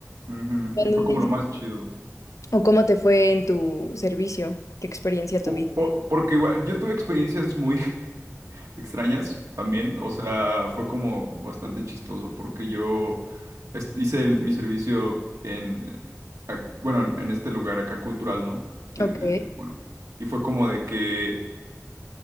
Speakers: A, on the right; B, on the left.
A: Ujú,
B: ¿Tú en
A: y Fue
B: dónde
A: como lo más chido.
B: ¿O cómo te fue en tu servicio? ¿Qué experiencia tuviste?
A: Po- por- porque igual, yo tuve experiencias muy <laughs> extrañas también. O sea, fue como bastante chistoso porque yo es- hice el- mi servicio en, eh, ac- bueno, en, en este lugar acá cultural, ¿no? de,
B: Ok.
A: de, de- bueno. Y fue como de que